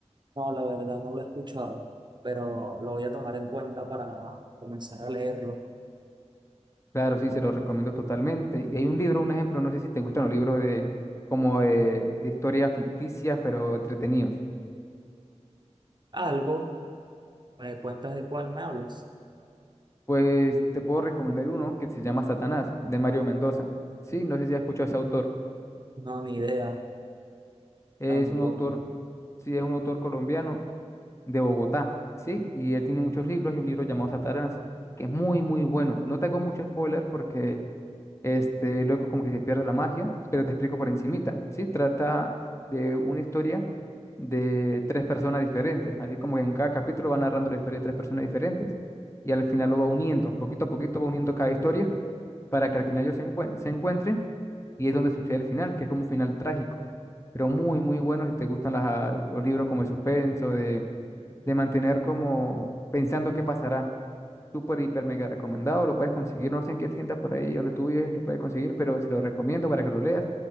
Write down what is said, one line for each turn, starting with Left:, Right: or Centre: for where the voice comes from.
Right: No, la verdad no lo he escuchado, pero lo voy a tomar en cuenta para comenzar a leerlo.
Left: Claro, sí, se lo recomiendo totalmente. Y hay un libro, un ejemplo, no sé si te gustan los libros de como de, de historias ficticias, pero entretenidos.
Right: Algo, ¿me cuentas de cuál me hablas?
Left: Pues te puedo recomendar uno que se llama Satanás, de Mario Mendoza. Sí, no sé si has escuchado a ese autor.
Right: No, ni idea,
Left: Es
Right: tampoco.
Left: un autor, sí, es un autor colombiano de Bogotá, ¿sí? Y él tiene muchos libros y un libro llamado Satanás, que es muy, muy bueno. No te hago mucho spoiler porque este, luego como que se pierde la magia, pero te explico por encimita, ¿sí? Trata de una historia de tres personas diferentes, así como que en cada capítulo va narrando la historia de tres personas diferentes y al final lo va uniendo, poquito a poquito va uniendo cada historia para que al final ellos se, encuent- se encuentren y es donde sucede el final, que es como un final trágico, pero muy, muy bueno si te gustan las- los libros como de suspenso, de, de mantener como pensando qué pasará. Súper, hiper, mega recomendado, lo puedes conseguir, no sé en qué tienda por ahí donde tú vives, lo puedes conseguir, pero se lo recomiendo para que lo leas